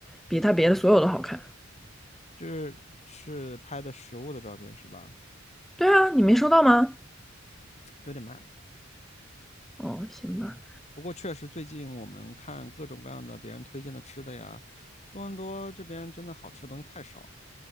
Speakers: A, in the centre; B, on the left.
A: 比他别的所有都好看。
B: 就是是拍的食物的照片是吧？
A: 对啊，你没收到吗？
B: 有点慢。
A: 哦，行吧。
B: 不过确实最近我们看各种各样的别人推荐的吃的呀，多伦多这边真的好吃的东西太少，